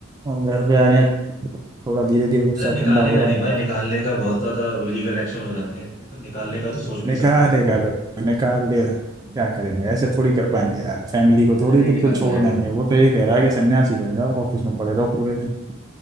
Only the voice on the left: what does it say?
अरे निकालेगा
नहीं भाई निकालने
का बहुत ज्यादा लीगल एक्शन हो जाते हैं इतना निकालने का तो सोच भी
नहीं सकता वो
हम्म,
अरे
नहीं
निकाल
पाएगा
वो